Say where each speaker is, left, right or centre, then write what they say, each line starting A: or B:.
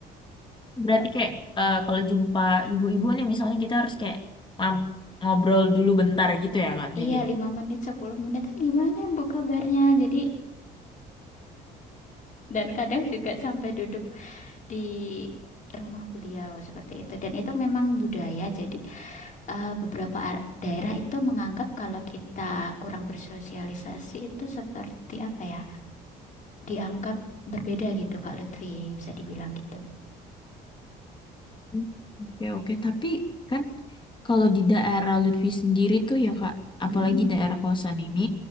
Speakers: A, on the left; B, on the left.
A: Berarti kayak eh, kalau jumpa ibu-ibu nih misalnya kita harus kayak um, ngobrol dulu bentar gitu ya Kak
B: Iya,
A: Vini.
B: lima menit, 10 menit, "Eh, gimana ya, Bu kabarnya? Jadi, dan kadang juga sampai duduk di rumah beliau seperti itu. Dan itu memang budaya, jadi eh, beberapa ar- daerah itu menganggap kalau kita kurang bersosialisasi itu seperti apa ya, dianggap berbeda gitu, Kak Lutfi, bisa dibilang gitu.
A: <laughs> Oke, oke. Tapi kan kalau di daerah Lutfi sendiri tuh ya Kak,
B: Mm-mm,
A: apalagi daerah kosan ini,